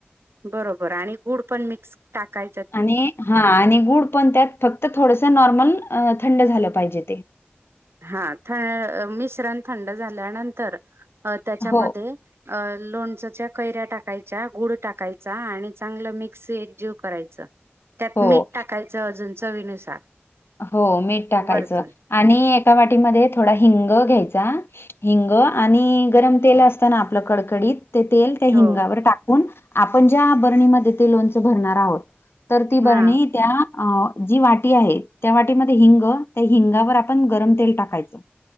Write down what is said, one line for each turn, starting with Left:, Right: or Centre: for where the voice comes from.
Right: बरोबर आणि गुड पण मिक्स टाकाय
Left: आणि हा आणि गुड पण त्यात फक्त थोडसं नॉर्मल अह थंड झालं पाहिजे ते
Right: हा थ मिश्रण थंड झाल्यानंतर अह त्याच्यामध्ये
Left: हो
Right: अह लोणचच्या कैऱ्या टाकायच्या, गुड टाकायचा आणि चांगलं मिक्स एक जीव करायच. त्यात
Left: हो
Right: मीठ टाकायचं अजून चवीनुसार.
Left: हो मीठ टाकायचं
Right: वरतून
Left: आणि एका वाटीमध्ये थोडा हिंग घ्यायचा हिंग आणि गरम तेल असत ना आपलं कडकडीत ते तेल त्या हिंगावर
Right: हो
Left: टाकून आपण ज्या बरणीमध्ये ते लोणच भरणार आहोत तर ती बरणी
Right: हा
Left: त्या जी वाटी आहे त्या वाटीमध्ये हिंग त्या हिंगावर आपण गरम तेल टाकायचं